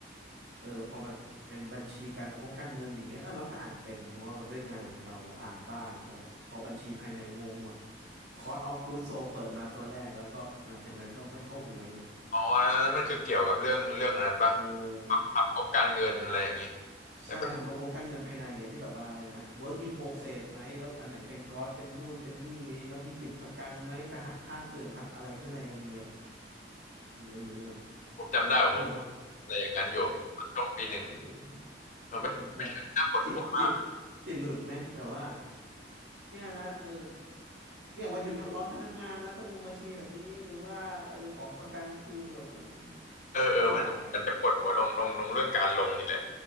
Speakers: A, on the right; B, on the left.
A: เออพอแบบเป็นบัญชีการงบการเงินอย่างเงี้ยเออเราก็อ่านเป็นเพราะว่ามันด้วยงานของเราอ่านบ้างแต่แบบพอบัญชีภายในงงหมด Cost of Goods Sold เปิดมาตัวแรกแล้วก็หลังจากนั้นก็ไม่เข้าหัวอีกเลย
B: อ๋ออันนั้นมันคือเกี่ยวกับเรื่องเรื่องอันนั้นปะ
A: เอ
B: ทำทำงบการเงินอะไรอย่างนี้
A: อ
B: ใน
A: ใช่ทำกับงบการเงินภายในไงที่แบบว่าอะไรนะ
B: <laughs>
A: work in progress ไหมแล้วอันไหนเป็นก๊อตเป็นนู่นเป็นนี่แล้วมีติดประกันไหมจะหักค่าเสื่อมหักอะไรข้างในกันยังไงแบบไม่รู้เรื่อง
B: ผมจำได้ผมผม
A: ไม่รู้อ่ะ
B: อะไรอย่างนั้นอยู่ตอนช่วงปีหนึ่ง
A: เออ
B: เราไม่ไม่ใช่ที่น่าปวดหัวมาก
A: เออแบบจิตจิตจิตหลุดไหมแบบว่าเนี่ยนะเออเนี่ยวันหยุดพักร้อนพนักงานนะต้องลงบัญชีแบบนี้หรือว่าเออของประกันคืนแบบว่า
B: เออเออมันมันจะปวดหัวตรงตรงตรงเรื่องการลงนี่แหละ
A: วุ่นวาย